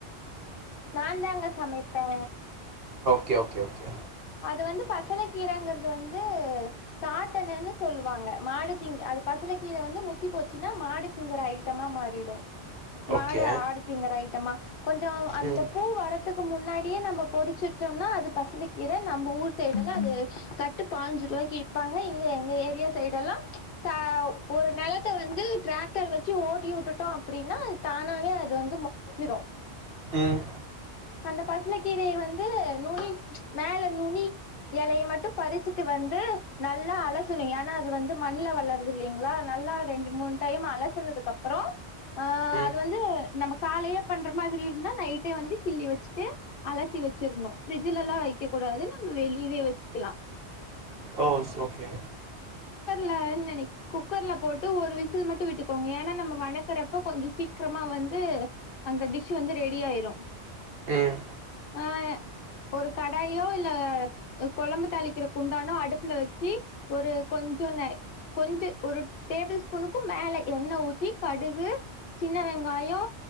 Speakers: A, on the left; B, on the right.
A: நான் தாங்க சமைப்பே
B: கே ஓகே ஓகே
A: அது வந்து பசல கீரங்கற்து வந்து சாட்டணன்னு சொல்லுவாங்க மாடு திங்க அது பசல கீர வந்து முத்தி போச்சுனா மாடு திங்கிர ஐ ட்டமா மாறிடு மாடு
B: ஓகே
A: ஆடு திங்கர ஐட்டமா கொஞ்சோ அந்த
B: ம்
A: பூ வரதுக்கு முன்னா டியே நம்போ பொறிச்சுட்டோம்னா அது பசல இத நம்ப ஊர் சைடெல்லா அது கட்டு பாஞ்சு ருவாய்க்கி விப்பாங்க இங்க எங்க ஏரியா சைட் ல்லா ச்ச் ஃப ஒ ஒரு நெலத்த வந்து ட்ராக்டர் வெச்சு ஓட்டி வுட்டுட்டோ அப்புடீனா தானாவே அது வந்து முடி <inaudible> சிடு
B: ம்
A: அந்த பச்ண கீரைய வந் து நுனி மேல நுனி எலய மட்டு பறிச்சுட்டு வந்து நல்லா அலசணு ஏன்னா அது வந்து மண்ல வளற்தில்லிங்ளா நல்லா ரெண்டு மூணு டைம் அலசுனதுக்கு அப்பறோ அ
B: ம்
A: அது வந்து நமக் காலையே பண்ற மாதிரி இருந்தா நைட்டே வந்து கிள்ளி வெச்சிட்டு அலசி வெச்சிர்ணு ஃப்ரி ஜுலலா வைக்க கூடாது நம்ம வெளிவே வெச்சுக்கலா
B: ஓ செ ஓகே
A: ல நை குக்கர்ல போட்டு ஒரு விசில் மட்டு விட்டுக்கோங்க ஏன்னா நம்ம வணக்கறப்போ கொஞ்சோ சீக்ரமா வந்து அந்த டிஷ் வந்து ரெடி ஆயிரு
B: ம்
A: அ ஒரு கடாயோ இல்ல கொழம்பு தாளிக்கிற குண்டானோ அடுப்புல வெச்சி ஒரு கொஞ்சோ ந கொஞ்ச ஒரு டேபிள் ஸ்பூனுக்கும் மேல எண்ண ஊத்தி கடுகு சின்ன வெங்காயோ